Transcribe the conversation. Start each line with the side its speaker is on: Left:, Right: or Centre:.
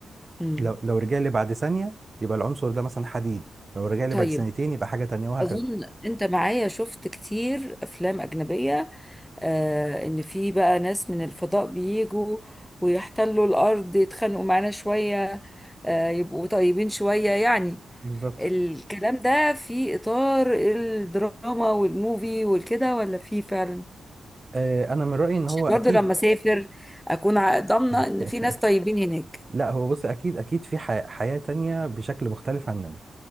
Centre: امم
Right: لو لو رجع لي بعد ثانية يبقى العنصر ده مثلا حديد لو رجع لي
Centre: طيب
Right: بعد ثانيتين يبقى حاجة تانية وهكذا
Centre: اظن انت معايا شفت كتير افلام اجنبيه آه ان في بقى ناس من الفضاء بيجوا ويحتلوا الارض يتخانقوا معانا شويه آه يبقوا طيبين شويه يعني
Right: بالظبط
Centre: الكلام ده في إطار الدراما والموفي والكده ولا في فعلا
Right: آه، انا من رأيي ان
Centre: عشان
Right: هو اكيد
Centre: برضه لما أسافر أكون ع- ضامنة إن
Right: <laughs>
Centre: في ناس طيبين هناك
Right: لا هو بص اكيد اكيد في حياة, حياة تانية بشكل مختلف عننا